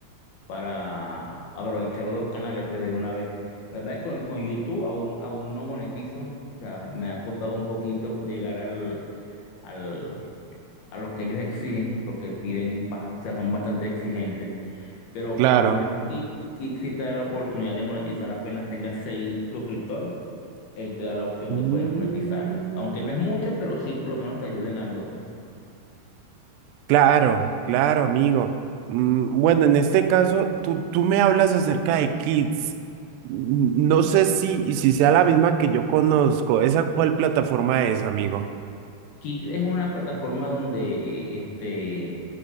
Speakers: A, on the left (about 70°); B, on the right (about 90°).
A: para aprovechar los dos canales pues de una vez. La verdad es que con, con YouTube aún, aún no monetizo, o sea, me ha costado un poquito llegar al, al, a los que ellos exigen, porque piden, ba- o sea, son bastante exigentes, pero
B: Claro.
A: por lo menos Kick, Kick sí te da la oportunidad de monetizar apenas tengas seis suscriptores, él te da la opción
B: Mm.
A: de poder monetizar, y- aunque no es mucho, pero sí por lo menos te ayuda en algo, pues.
B: Claro, claro, amigo. Mm, Bueno, en este caso, tú, tú me hablas acerca de Kids. Mm, No sé si, si sea la misma que yo conozco. ¿Esa cuál plataforma es, amigo?
A: Kick es una plataforma donde eh, este